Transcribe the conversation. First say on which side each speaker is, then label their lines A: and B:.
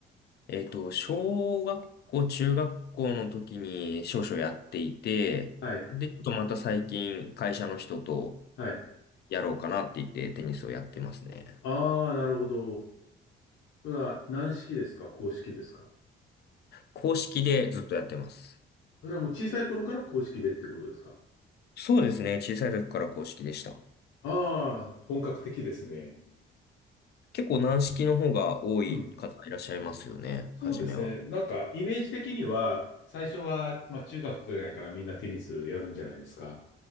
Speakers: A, on the left; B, on the left.
A: えっと、小学校、中学校の時に少々やっていて、
B: はい。
A: で、ちょっとまた最近会社の人と
B: はい。
A: やろうかなって言ってテニスをやってますね。
B: ああ、なるほど。それは軟式ですか硬式ですか
A: 公式でずっとやってます。
B: それはもう小さい頃から硬式でってことですか
A: そうですね。小さい時から公式でした。
B: ああ、本格的ですね。
A: 結構軟式の方が多い方いらっしゃいますよね。
B: うん。そうですね。
A: 初めは。
B: なんか、イメージ的には、最初は、まあ、中学ぐらいからみんなテニスやるんじゃないですか。